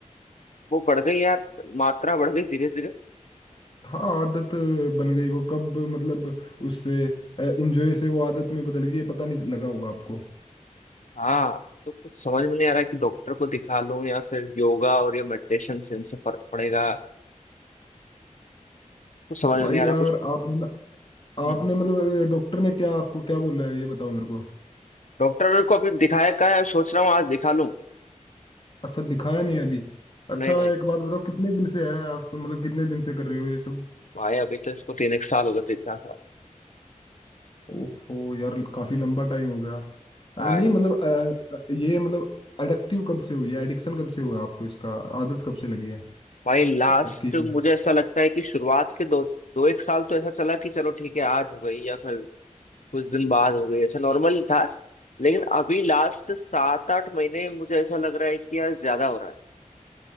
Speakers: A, on the left; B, on the left.
A: वो बढ़ गई यार मात्रा बढ़ गई धीरे धीरे
B: हाँ आदत बन गई वो कब मतलब उससे इंजॉय से वो आदत में बदल गई ये पता नहीं लगा होगा आपको
A: हाँ तो कुछ समझ में नहीं आ रहा है कि डॉक्टर को दिखा लूं या फिर योगा और ये मेडिटेशन से इनसे फर्क पड़ेगा कुछ समझ में
B: भाई
A: नहीं आ
B: यार
A: रहा कुछ
B: आपने
A: हम्म
B: आपने मतलब डॉक्टर ने क्या आपको क्या बोला है ये बताओ मेरे को
A: डॉक्टर को अभी दिखाया कहाँ है सोच रहा हूँ आज दिखा लूं
B: अच्छा दिखाया नहीं अभी अच्छा
A: नहीं भाई
B: एक बात बताओ कितने दिन से है आप मतलब कितने दिन से कर रहे हो ये सब
A: भाई अभी तो इसको तीन एक साल हो गए तीन चार साल
B: ओहो यार काफी लंबा टाइम हो गया अ,
A: हाँ
B: नहीं
A: यार
B: मतलब
A: भाई
B: अ, अ, ये मतलब एडिक्टिव कब से हुई है एडिक्शन कब से हुआ आपको इसका आदत कब से लगी है
A: भाई लास्ट
B: अ, कि
A: मुझे ऐसा लगता है कि शुरुआत के दो दो एक साल तो ऐसा चला कि चलो ठीक है आज हो गई या फिर कुछ दिन बाद हो गई ऐसा नॉर्मल था लेकिन अभी लास्ट सात आठ महीने मुझे ऐसा लग रहा है कि यार ज्यादा हो रहा है